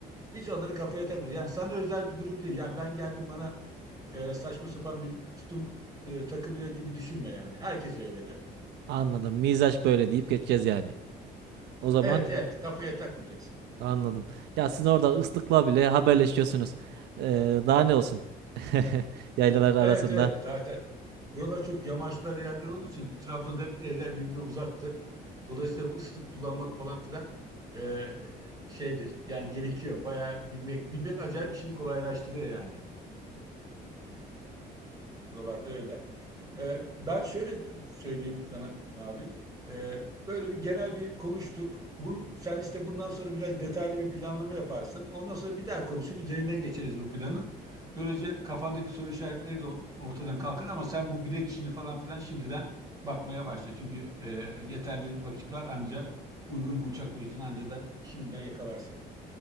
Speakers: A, on the right (about 20°); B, on the right (about 85°).
A: Hiç onları kafaya takmıyor. Yani sana özel bir durum değil. Yani ben geldim bana e, saçma sapan bir tutum e, takınıyor gibi düşünme yani. Herkes öyle der.
B: Anladım. Mizaç böyle deyip geçeceğiz yani. O zaman
A: Evet evet kafaya takmayacaksın.
B: anladım. Ya siz orada ıslıkla bile haberleşiyorsunuz. E, daha ne olsun? <laughs> Yaylalar arasında.
A: Evet evet zaten buralar çok yamaçlar yerler olduğu için Trabzon'da hep evler birbirine uzaktır. Dolayısıyla ıslık kullanmak falan filan e, şeydir. Yani gerekiyor. Bayağı bilmek bilmek acayip işini kolaylaştırıyor yani. Buralarda öyle. Ee, ben şöyle söyleyeyim sana abi. Ee, böyle bir genel bir konuştuk. Bunu, sen işte bundan sonra biraz detaylı bir planlama yaparsın. Ondan sonra bir daha konuşur. Üzerinden geçeriz bu planı. Böylece kafandaki soru işaretleri de ortadan kalkar ama sen bu bilet işini falan filan şimdiden bakmaya başla. Çünkü e, yeterli vakit var anca uygun bir uçak biletini anca da şimdiden yakalarsın.